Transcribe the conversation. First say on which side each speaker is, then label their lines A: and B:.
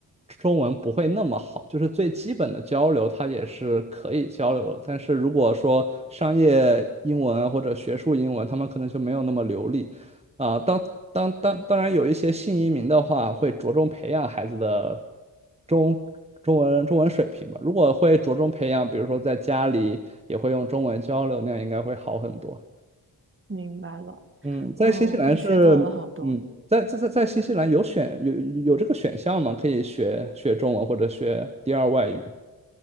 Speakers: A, on the right (about 15°); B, on the right (about 30°).
A: 中文不会那么好，就是最基本的交流他也是可以交流的，但是如果说商业英文或者学术英文，他们可能就没有那么流利。啊、当当当当然有一些新移民的话，会着重培养孩子的中中文中文水平吧。如果会着重培养，比如说在家里也会用中文交流，那样应该会好很多。
B: 明白了，
A: 嗯，在新西兰是，
B: 哦，真学到了好多。
A: 嗯，在在在在新西兰有选有有这个选项吗？可以学学中文或者学第二外语